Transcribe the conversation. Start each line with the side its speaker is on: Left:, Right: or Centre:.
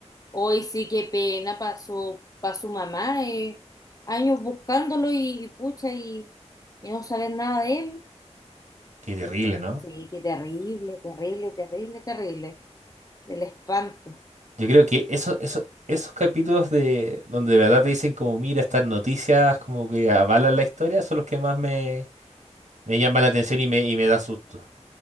Left: Hoy sí, qué pena para su, pa' su mamá, eh, años buscándolo y, y pucha, y, y no saber nada de él.
Right: Qué terrible, ¿no?
Left: Sí, qué terrible, terrible, terrible, terrible, del espanto.
Right: Yo creo que eso, eso, esos capítulos de donde de verdad te dicen como, mira, estas noticias como que avalan la historia, son los que más me Me llama la atención y me, y me da susto.